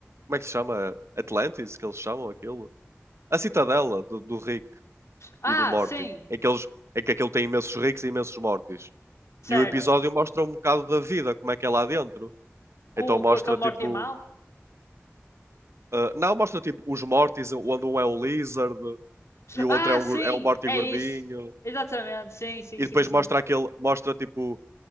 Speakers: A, on the right; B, on the left.
A: como é que se chama? Atlantis, que eles chamam aquilo? A citadela do, do Rick
B: ah,
A: e do Morty,
B: sim,
A: em que eles. em que aquilo tem imensos ricos e imensos mortis.
B: certo.
A: E o episódio mostra um bocado da vida, como é que é lá dentro. Então
B: Com,
A: mostra
B: com aquele
A: tipo.
B: Morty mal?
A: ah, não, mostra tipo os Mortys, onde um é um lizard e o
B: Ah,
A: outro é um,
B: sim,
A: gor- é um Morty
B: é
A: gordinho.
B: isso. Exatamente, sim, sim,
A: E
B: sim,
A: depois
B: sim.
A: mostra aquele. Mostra tipo